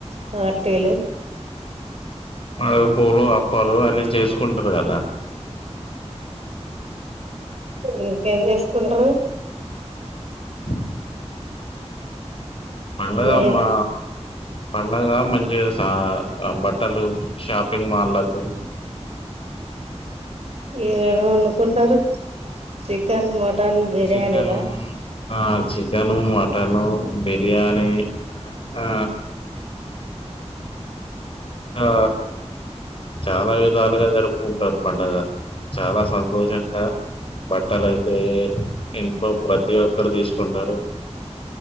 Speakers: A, on the right; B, on the left.
A: పార్టీలు
B: మావిడ్ పూలు అప్పాలు అన్నీ చేస్కు కుంటారు కాద
A: ఇంకేం చేస్ ఉంటరు
B: బ పండగమ్మా
A: మీ
B: పండగా మంచి <inaudible> సా బట్టలు షాపింగ్ మాళ్లకు
A: ఏ <unintelligible> కుంటారు చికెన్ మ టన్ బిర్యానీలా
B: చికెన్ ఆ చికెను మటను బిర్యానీ ఆ ఆ చాలా విధాలుగా జరుపుకుం టారు పండగ చాలా సంతోషంగా బట్టలయితే ఇంట్లో ప్రతి ఒక్ <unintelligible> తీసుకుంటారు